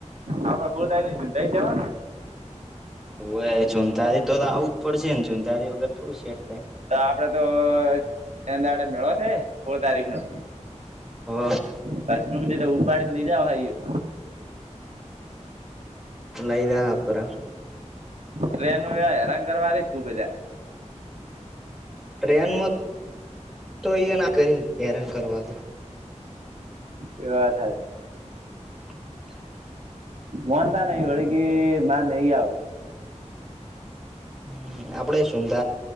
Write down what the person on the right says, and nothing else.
આપણે કુર થાય નઈું થઈ જવા ને
તો આપડે તો એંદડે મેળવા છે સોળ તારીખ નો.
કશમ દટ ઉપાડી દીધ ભાઈું
ટ્રેન એ હેરાન કરવા ર ખુબ બજા.
એ વાત હચ
મનતા નહી ભી કે મારે નઈ આવ.